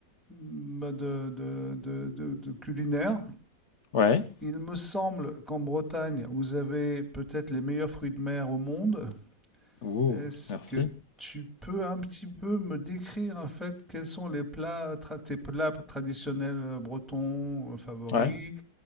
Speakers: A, in the centre; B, on the left.
A: bah, de, de, de- de- de culinaire.
B: Ouais.
A: Il me semble qu'en Bretagne, vous avez peut-être les meilleurs fruits de mer au monde.
B: Oh,
A: Est-ce
B: merci.
A: que tu peux un petit peu me décrire en fait quels sont les plats, tra- tes plats traditionnels euh, bretons euh, favoris?
B: Ouais.